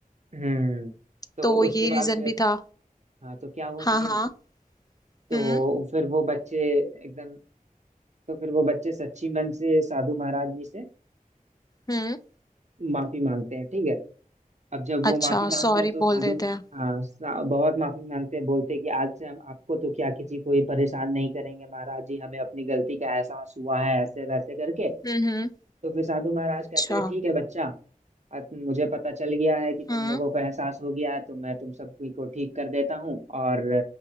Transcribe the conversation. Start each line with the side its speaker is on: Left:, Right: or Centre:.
Right: हम्म तो
Left: तो ये
Right: उसके बाद
Left: रीजन
Right: फिर
Left: भी था
Right: हाँ तो क्या हुआ सुनिए
Left: हाँ हाँ
Right: ना तो
Left: हम्म
Right: फिर वो बच्चे एकदम तो फिर वो बच्चे सच्ची मन से साधु महाराज जी से
Left: हम्म
Right: माफी मांगते हैं ठीक है अब जब वो
Left: अच्छा
Right: माफी मांगते
Left: सॉरी
Right: हैं तो
Left: बोल
Right: साधु
Left: देते हैं
Right: हाँ सा, बहुत माफी मांगते हैं बोलते हैं कि आज से हम आपको तो क्या किसी को ही परेशान नहीं करेंगे महाराज जी हमें अपनी गलती का एहसास हुआ है ऐसे वैसे करके
Left: हम्म हम्म
Right: तो फिर साधु महाराज कहते
Left: अच्छा
Right: हैं ठीक है बच्चा अब मुझे पता चल गया है कि
Left: हम्म
Right: तुम लोगों को एहसास हो गया है तो मैं तुम सभी को ठीक कर देता हूँ और